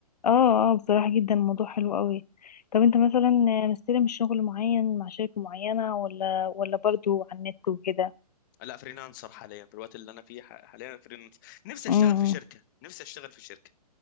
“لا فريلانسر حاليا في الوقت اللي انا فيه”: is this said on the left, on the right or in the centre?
Left